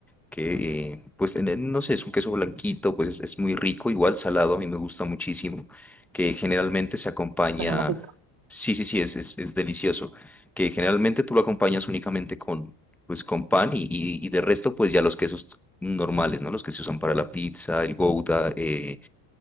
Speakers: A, in the centre; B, on the right.
A: que eh, pues en el- no sé, es un queso blanquito, pues es, es muy rico, igual salado, a mí me gusta muchísimo, que generalmente se acompaña,
B: suena más rico.
A: sí, sí, sí, es, es, es delicioso, que generalmente tú lo acompañas únicamente con, pues con pan y, y, y de resto pues ya los quesos normales, ¿no? Los que se usan para la pizza, el gouda, eh,